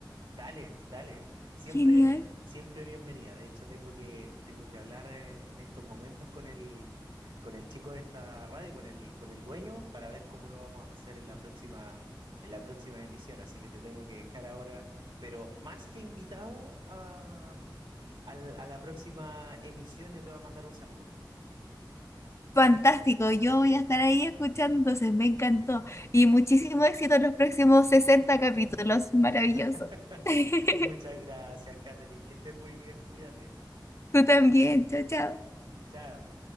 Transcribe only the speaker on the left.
Genial.
Fantástico, yo voy a estar ahí escuchando, entonces me encantó. Y muchísimo éxito en los próximos 60 capítulos, maravilloso.
<laughs>
Tú también, chao, chao.